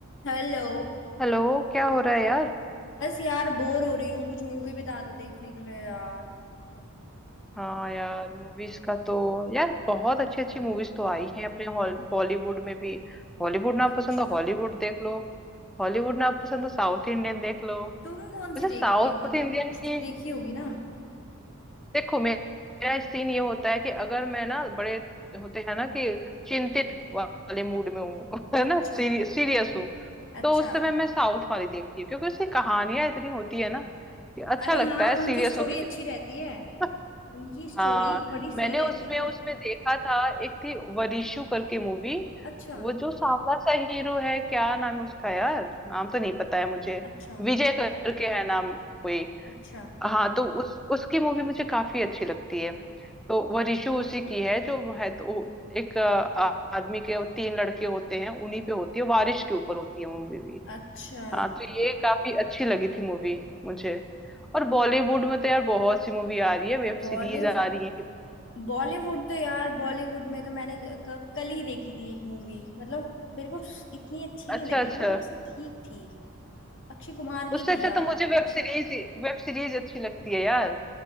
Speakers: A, on the left (about 60°); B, in the centre.
A: Hello
B: Hello क्या हो रहा है यार
A: बस यार bore हो रही हूँ कुछ मूवी बता दो देखने के लिए यार
B: हाँ यार मूवीज का तो यार बहुत अच्छी अच्छी मूवीज तो आई हैं अपने हॉल बॉलीवुड में भी बॉलीवुड ना
A: अच्छा
B: पसंद हो हॉलीवुड देख लो हॉलीवुड ना पसंद हो साउथ इंडियन देख लो
A: तुम कौन
B: वैसे
A: सी देखती
B: साउथ
A: हो मतलब
B: इंडियन
A: कुछ
B: की
A: तो देखी होगी ना
B: देखो मेरा सीन ये होता है कि अगर मैं ना बड़े होते हैं ना कि चिंतित वाले मूड में हूँ <laughs> है
A: अच्छा
B: ना सीरियस हूँ
A: अच्छा
B: तो उस समय मैं साउथ वाली देखती हूँ क्योंकि उसकी कहानियां इतनी होती है ना कि अच्छा
A: अरे
B: लगता
A: हाँ
B: है
A: उनकी
B: सीरियस
A: स्टोरी
B: होकर
A: अच्छी रहती है
B: <laughs>
A: उनकी स्टोरी
B: हाँ
A: बड़ी सही
B: मैंने
A: रहती
B: उसमें
A: है
B: उसमें देखा था एक थी वरिशु करके मूवी
A: अच्छा
B: वो जो सांवला सा हीरो है क्या नाम है उसका यार नाम तो नहीं पता है मुझे
A: अच्छा
B: विजय करके है नाम कोई
A: अच्छा
B: हाँ तो उस उसकी मूवी मुझे काफी अच्छी लगती है तो वरिशु उसी की है जो है तो वो एक अ, आदमी के वो तीन लड़के होते हैं उन्हीं पे होती है बारिश के ऊपर होती है मूवी भी
A: अच्छा
B: हाँ तो ये काफी अच्छी लगी थी मूवी मुझे और बॉलीवुड में तो यार बहुत सी मूवी आ रही है वेब
A: बॉलीवुड
B: सीरीज आ रही है कितनी।
A: बॉलीवुड तो यार बॉलीवुड में तो मैंने क- क- कल ही देखी थी एक मूवी मतलब मेरे को इतनी अच्छी नहीं
B: अच्छा
A: लगी
B: अच्छा
A: वो बस ठीक थी अक्षय कुमार
B: उससे
A: की थी
B: अच्छा
A: यार
B: तो मुझे वेब
A: कुछ
B: सीरीज वेब सीरीज अच्छी लगती है यार